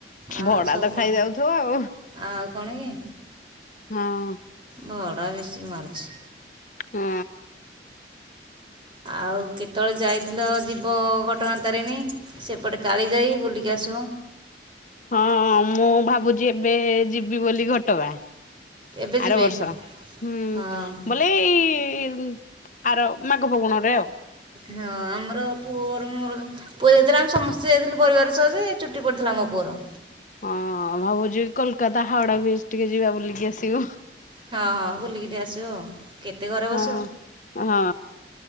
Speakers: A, on the right; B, on the left.
A: ଆଉ
B: ଭଡା
A: ସବୁ
B: ତ ଖାଇଯାଉଥିବ ଆଉ
A: ଆଉ କଣ କି
B: ହଁ।
A: ଭଡ଼ା ବେଶୀ ମାରୁଛି।
B: ହୁଁ।
A: ଆଉ କେତେବେଳେ ଯାଇଥିଲ ଯିବ ଘଟଣା ତାରିଣୀ ସେପଟେ କାଳି ଯାଇ ବୁଲିକି ଆସିବ
B: ହଁ ମୁଁ ଭାବୁଛି ଏବେ ଯିବି ବୋଲି ଘଟଗାଁ।
A: ଏବେ ଯିବେ
B: ଆର ବର୍ଷ ହୁଁ
A: ହଁ
B: ବୋଲେ ଏଇ ଆର ମାଘ ଫଗୁଣରେ ଆଉ
A: ହଁ ଆମର ପୁଅର ମୋର ପୁଅ ଯାଇଥିଲା ଆମେ ସମସ୍ତେ ଯାଇଥିଲୁ ପରିବାର ସହିତ ଚୁଟି ପଡିଥିଲା ଆମ ପୁଅର।
B: ହଁ ଭାବୁଛି କୋଲକାତା ହାଓଡା ବି ଟିକେ ଯିବା ବୁଲିକି ଆସିବୁ।
A: ହଁ ହଁ ବୁଲିକି ଆସିବ ଆଉ କେତେ ଘରେ ବସିବ
B: ହଁ ହଁ